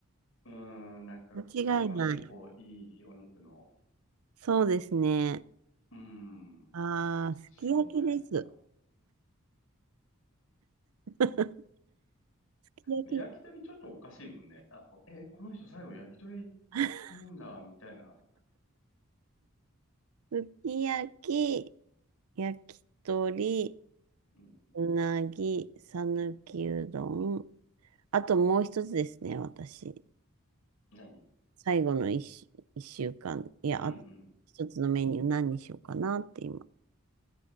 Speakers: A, on the left; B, on the right.
A: うーん、なんかね、
B: 間違いない。
A: まあ結構いいお肉の、
B: そうですね。
A: うーん、美
B: ああ、
A: 味しいんじゃないかな。
B: すき焼きです。<laughs> き焼き、
A: で焼き鳥ちょっとおかしいもんね。あ、え、この人最後焼き鳥
B: <laughs>
A: 食うんだ、みたいな。
B: すき焼き、焼き鳥、
A: うんうん。
B: うなぎ、さぬきうどん。あともう一つですね、私。
A: 何
B: 最後の一週、一週間。いや、
A: うんうん。
B: あと一つのメニュー何にしようかなって今。